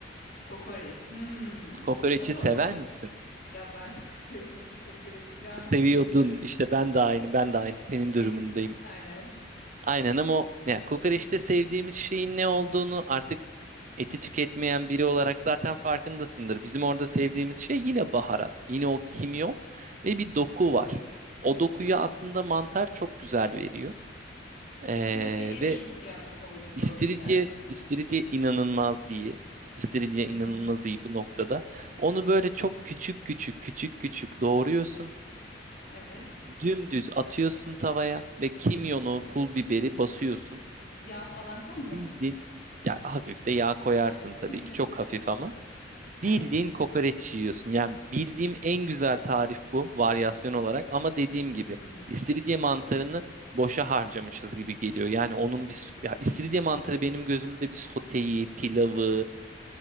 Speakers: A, on the left; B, on the right.
A: kokoreç. Hmm.
B: Kokoreçi
A: Nasıl
B: sever
A: oluyor?
B: misin?
A: Ya ben çok <laughs> seviyordum kokoreç. Şu an
B: Seviyordun.
A: yiyemiyorum.
B: İşte ben de aynı, ben de aynı. Senin
A: E,
B: durumundayım.
A: Et, aynen.
B: Aynen ama o, yani kokoreçte sevdiğimiz şeyin ne olduğunu artık Eti tüketmeyen biri olarak zaten farkındasındır. Bizim orada sevdiğimiz şey yine baharat, yine o kimyon ve bir doku var.
A: Evet.
B: O dokuyu aslında mantar çok güzel veriyor. Ee,
A: İstiridye en
B: ve
A: iyi ya bu konuda gördüm
B: istiridye,
A: gerçekten.
B: istiridye inanılmaz iyi. İstiridye
A: Hı
B: inanılmaz
A: hı.
B: iyi bu noktada. Onu böyle çok küçük küçük küçük küçük doğruyorsun.
A: Evet.
B: Dümdüz atıyorsun tavaya ve kimyonu, pul biberi basıyorsun.
A: Yağ falan koymuyor
B: Bildin.
A: mu?
B: Ya hafif de yağ koyarsın
A: Ha. <laughs>
B: tabii ki. Çok
A: Ya,
B: hafif ama.
A: Aynen.
B: Bildiğin kokoreç yiyorsun. Yani bildiğim en güzel tarif bu varyasyon olarak ama dediğim
A: Hmm.
B: gibi istiridye mantarını boşa harcamışız gibi geliyor. Yani onun bir s- ya istiridye mantarı benim gözümde bir soteyi, pilavı,